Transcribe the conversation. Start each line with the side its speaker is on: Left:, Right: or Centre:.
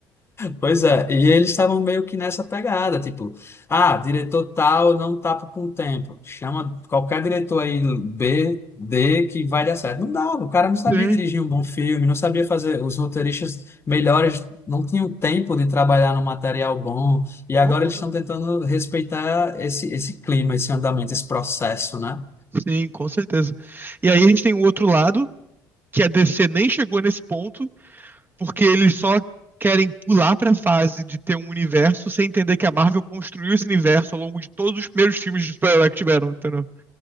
Left: Pois é, e eles estavam meio que nessa pegada, tipo, ah, diretor tal não tá com tempo, chama qualquer diretor aí B, D que vai dar certo. Não dava, o cara não sabia
Right: Sim,
Left: dirigir um bom filme, não sabia fazer, os roteiristas melhores não tinham tempo de trabalhar no material bom, e agora
Right: concordo.
Left: eles estão tentando respeitar esse, esse clima, esse andamento, esse processo, né?
Right: Sim, com certeza. E aí a gente tem o outro lado, que a DC nem chegou nesse ponto porque eles só querem pular pra fase de ter um universo sem entender que a Marvel construiu esse universo ao longo de todos os primeiros filmes de super-herói que tiveram, entendeu?